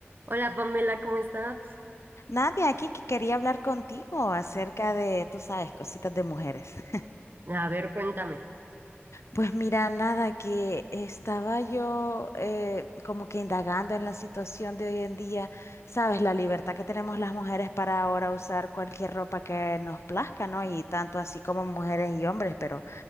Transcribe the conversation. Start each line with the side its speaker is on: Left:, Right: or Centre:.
Right: Hola Pamela, ¿cómo estás?
Left: Nadia, aquí que quería hablar contigo acerca de, tú sabes, cositas de mujeres. <laughs>
Right: A ver, cuéntame.
Left: Pues mira, nada, que estaba yo eh, como que indagando en la situación de hoy en día, sabes, la libertad que tenemos las mujeres para ahora usar cualquier ropa que nos plazca, ¿no? Y tanto así como mujeres y hombres, pero